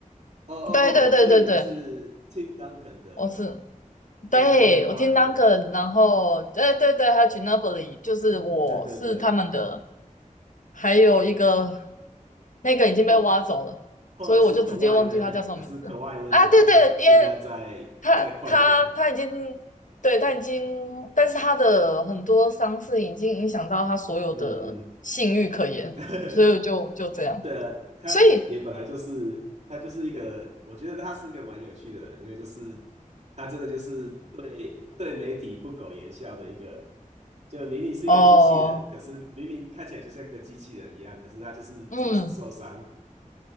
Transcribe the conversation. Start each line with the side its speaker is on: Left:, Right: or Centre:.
Right: 哦哦哦，
Left: 对对对对对，
Right: 所以是 Tim Duncan 的
Left: 我是。
Right: 跟
Left: 对，
Right: Tony Parker。
Left: 我听 Duncan，然后对对对，还有 Ginobili，就是我是他们的，
Right: 对对对，
Left: 还有一个那个已经被挖走了，
Right: 后后来是
Left: 所以我就直接忘记他叫什么名字啊。
Right: Kawhi Leonard，可是 Kawhi Leonard
Left: 对对，
Right: 现在现在在在快艇。
Left: 因为他他他已经对他已经，但是他的很多伤势已经影响到他所有的性欲可言，
Right: 嗯嗯。<laughs>
Left: 所以就就这样。
Right: 对啊，他也本来就是他就是一个，
Left: 所以
Right: 我觉得他是一个蛮有趣的人，因为就是他真的就是对对媒体不苟言笑的一个，就明明是一个机器人，
Left: 哦、
Right: 可是明明看起来就像个机器人一样，可是他就是总是受伤。
Left: 呃嗯，